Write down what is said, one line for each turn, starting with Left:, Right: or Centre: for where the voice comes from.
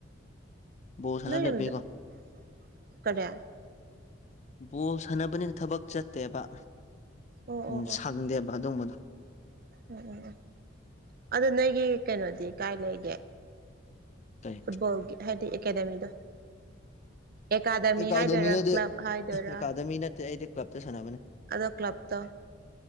Left: ꯕꯣꯜ ꯁꯥꯟꯅ
Right: ꯅꯣꯏ
Left: ꯂꯩꯕꯩꯀꯣ
Right: ꯌꯨꯝꯗꯨ <unintelligible>
Left: ꯕꯣꯜ ꯁꯥꯟꯅꯕꯅꯤꯅ ꯊꯕꯛ ꯆꯠꯇꯦꯕ
Right: ꯑꯣ ꯑꯣ
Left: ꯎꯝ
Right: ꯑꯣ
Left: ꯁꯪꯗꯦꯕ ꯑꯗꯨꯝꯕꯗꯣ
Right: ꯎꯝ ꯎꯝ ꯑꯗꯨ ꯅꯣꯏꯒꯤ ꯀꯩꯅꯣꯗꯤ ꯀꯥꯏ ꯂꯩꯒꯦ
Left: ꯀꯩ
Right: ꯐꯨꯠꯕꯣꯜꯒꯤ ꯍꯥꯏꯗꯤ ꯑꯦꯀꯗꯃꯤꯗꯣ ꯑꯦꯀꯥꯗꯃꯤ
Left: ꯑꯦꯀꯥꯗꯃꯤꯗꯗꯤ
Right: ꯍꯥꯏꯗꯣꯏꯔꯥ ꯀ꯭ꯂꯕ ꯍꯥꯏꯗꯣꯏꯔꯥ
Left: ꯑꯦꯀꯥꯗꯃꯤ ꯅꯠꯇꯦ ꯑꯩꯗꯤ ꯀ꯭ꯂꯕꯇ ꯁꯥꯟꯅꯕꯅꯦ
Right: ꯑꯗꯣ ꯀ꯭ꯂꯕꯇꯣ